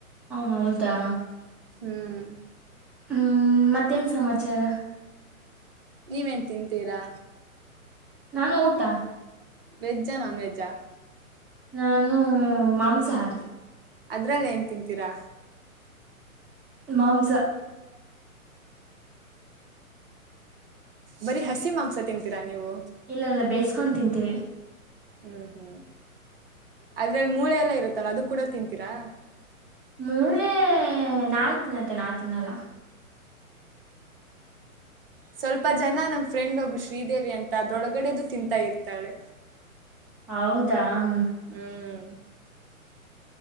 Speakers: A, in the centre; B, on the right (about 40°).
A: ಹ ಹಾ ಹೌದಾ
B: ಹ್ಮ್
A: ಹ್ಮ್ ಮತ್ತೇನ್ ಸಮಾಚಾರ
B: ನೀವೇನು ತಿಂತೀರಾ
A: ನಾನು ಊಟ
B: ವೆಜ್ಜಾ ನಾನ್ವೆೆಜ್ಜಾ
A: ನಾನು ಮಾಂಸಹಾರಿ
B: ಅದ್ರಲ್ಲಿ ಏನ್ ತಿಂತೀರಾ
A: ಮಾಂಸ
B: ಬರೀ ಹಸಿ ಮಾಂಸ ತಿಂತೀರಾ ನೀವು
A: ಇಲ್ಲ ಇಲ್ಲ ಬೇಸ ಕೊಂಡ್ ತಿಂತೀವಿ
B: ಹ್ಮ್ ಹ್ಮ್ ಅದ್ರಲ್ಲಿ ಮೂಳೆ ಎಲ್ಲ ಇರುತ್ತಲ್ಲ ಅದು ಕೂಡ ತಿಂತೀರಾ
A: ಮೂಳೆ ನಾಯ್ತಿನ್ತ್ತ ನಾ ತಿನ್ನಲ್ಲ
B: ಸ್ವಲ್ಪ ಜನ ನಮ್ ಫ್ರೆಂಡ್ ಒಬ್ಳು ಶ್ರೀದೇವಿ ಅಂತ ಅದ್ರೊಳಗಡೆದು ತಿಂತಾ ಇರ್ತಾಳೆ
A: ಹೌದಾ ಹ್ಮ
B: ಹ್ಮ್